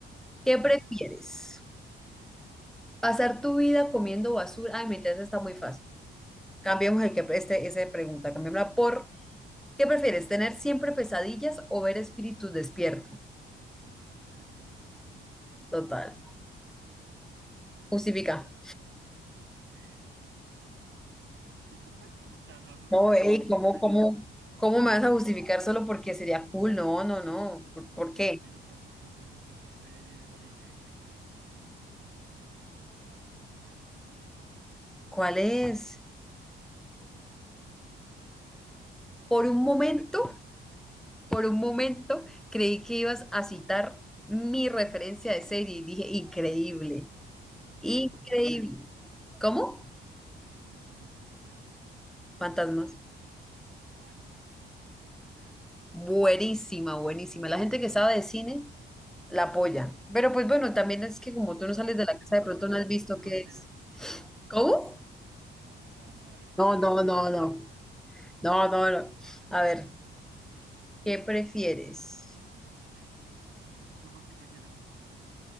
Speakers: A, in the centre; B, on the right.
A: ¿Qué
B: A
A: prefieres?
B: ver, ¿qué prefiero?
A: ¿Pasar tu vida comiendo basura? Ay, mi test está muy fácil. Cambiemos el que este, esa pregunta, cambiémosla por ¿qué prefieres? ¿Tener siempre pesadillas o ver espíritus despierto?
B: Uf, ver espíritus despierto.
A: Total. Justifica.
B: Eh, pues que sería cool. <laughs> O sea, no, no sé
A: No,
B: cómo
A: ey,
B: más justificarlo.
A: ¿cómo, cómo, cómo me vas a justificar solo porque sería cool? No, no, no. ¿Por, por qué?
B: Pues sí, ¿no te has, vi- no te has visto esta serie de la vidente que ves Pitilus y los ayuda como a pasar al, la- al más para allá, al menos para acá?
A: ¿Cuál es?
B: No, no sé cómo se llama, pero, pero sí, eso hace.
A: Por un
B: Y
A: momento.
B: no sé, podría ser divertido.
A: Por un momento creí que ibas a citar mi referencia de serie y dije, increíble, increíble.
B: Pero es que no me es el nombre.
A: ¿Cómo?
B: Que no me es el nombre. ¿Cómo se llama tu serie?
A: Fantasmas.
B: Ah, no, nada que ver.
A: Buenísima, buenísima. La gente que sabe de cine la apoya. Pero pues bueno, también es que como tú no sales
B: Y entonces
A: de la casa,
B: tú,
A: de
B: ¿por
A: pronto
B: qué la
A: no
B: apoyas?
A: has visto
B: <laughs> No,
A: qué
B: mentiras.
A: es. ¿Cómo?
B: Nada, nada, nada, que,
A: No, no,
B: que no,
A: no,
B: que es
A: no.
B: otra.
A: No, no, no. A ver, ¿qué prefieres?
B: ¿Qué prefiero? ¿Tú por qué prefieres eso?